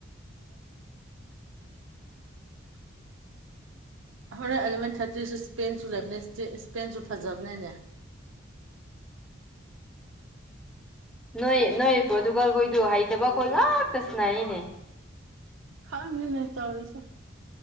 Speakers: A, on the right; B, in the centre.
A: ꯎꯝ ꯍꯣꯔꯦꯟ ꯑꯦꯂꯚꯦꯟ ꯊꯥꯔꯇꯤꯁꯨ ꯏꯁꯄꯦꯟꯁꯨ ꯂꯩꯕꯅꯦ ꯏꯁꯄꯦꯟꯁꯨ ꯐꯖꯕꯅꯦꯅꯦ
B: ꯅꯣꯏ ꯅꯣꯏ ꯄ꯭ꯔꯇꯨꯒꯜ ꯀꯣꯏꯗꯨ ꯍꯥꯏꯥꯏ ꯇꯕ ꯀꯣꯏꯅ ꯛꯇ ꯁꯅꯥꯏꯅꯦ
A: ꯈꯔꯅꯤ ꯅ ꯇꯁ